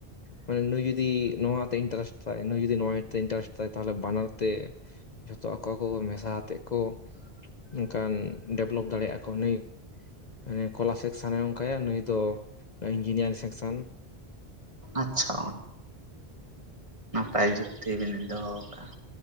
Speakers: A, on the left; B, on the right.
A: ᱢᱟᱱᱮ ᱱᱩᱭ ᱡᱩᱫᱤ ᱱᱚᱣᱟ ᱛᱮ ᱤᱱᱴᱟᱨᱮᱥᱴ ᱛᱟᱭ ᱱᱩᱭ ᱡᱩᱫᱤ ᱱᱚᱣᱟ ᱛᱮ ᱤᱱᱴᱟᱨᱮᱥᱴ ᱛᱟᱭ ᱛᱟᱦᱚᱞᱮ ᱵᱟᱱᱟᱨ ᱛᱮ ᱡᱷᱚᱛᱚ ᱟᱠᱚ ᱠᱚ ᱢᱮᱥᱟ ᱟᱛᱮᱫ ᱠᱚ ᱱᱠᱟᱱ ᱰᱮᱵᱷᱞᱚᱯ ᱫᱟᱲᱮᱭᱟᱜᱼᱟ ᱠᱚ ᱱᱩᱭ ᱢᱟᱱᱮ ᱠᱚᱞᱟ ᱥᱮᱠ ᱥᱟᱱᱟᱮ ᱚᱱᱠᱟᱭᱟ ᱱᱩᱭ ᱫᱚ ᱤᱧᱡᱤᱱᱤᱭᱟᱨᱤᱝ ᱥᱮᱠᱥᱮᱱ᱾
B: ᱟᱪᱪᱷᱟ᱾ ᱯᱟᱭ ᱡᱩᱠᱛᱤ ᱵᱤᱱ ᱫᱚᱦᱚ ᱠᱟᱜ-ᱟ᱾